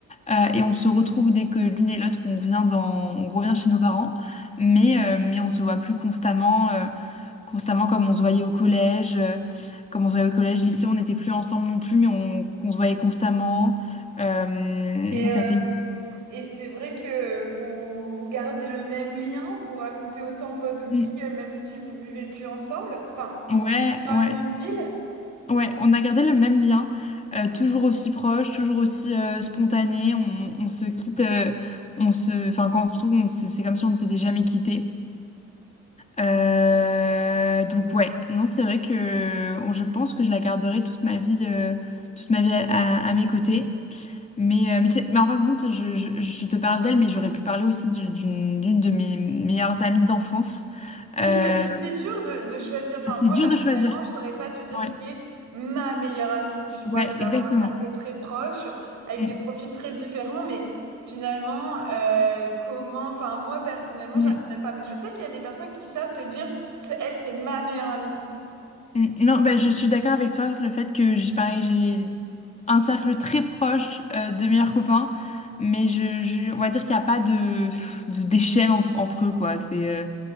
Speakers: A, on the left; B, on the right.
A: euh, et on se retrouve dès que l'une et l'autre on vient dans, on revient chez nos parents, mais euh, mais on se voit plus constamment. euh, constamment comme on se voyait au collège, euh, comme on se voyait au collège, lycée, on n'était plus ensemble non plus, mais on, qu'on se voyait constamment. Euh,
B: Et,
A: ça
B: euh,
A: fait...
B: et c'est vrai que vous, vous gardez le même lien, vous racontez autant votre vie,
A: Mm.
B: euh, même si vous vivez plus ensemble, enfin,
A: Ouais,
B: dans
A: ouais,
B: la même ville.
A: ouais, on a gardé le même lien, euh, toujours aussi proche, toujours aussi euh, spontané, on, on se quitte, euh, on se... Enfin, quand on se trouve, on se- c'est comme si on ne s'était jamais quitté. Euh, donc ouais, non, c'est vrai que je pense que je la garderai toute ma vie, euh, toute ma vie à, à- à mes côtés. Mais, euh, mais, c'est- mais en fin de compte, je, je- je te parle d'elle, mais j'aurais pu parler aussi du- d'une d'une de mes meilleures amies d'enfance.
B: Oui,
A: Euh,
B: parce que c'est dur de, de choisir. Enfin,
A: c'est
B: moi,
A: dur
B: personnellement,
A: de choisir.
B: je saurais pas te dire
A: Ouais,
B: qui est ma meilleure amie. Tu vois,
A: ouais,
B: je
A: exactement.
B: vais avoir un cercle très proche, avec
A: Mm,
B: des profils très différents, mais finalement, euh, comment... Enfin, moi, personnellement,
A: mm,
B: j'arriverai pas. Mais je sais qu'il y a des personnes qui savent te dire, C'est- elle, c'est ma meilleure amie.
A: mm. Non, bah, je suis d'accord avec toi, le fait que j'ai pareil, j'ai un cercle très proche euh, de meilleurs copains, mais je, je- on va dire qu'il n'y a pas de, de- d'échelle entre, entre eux, quoi. C'est, euh,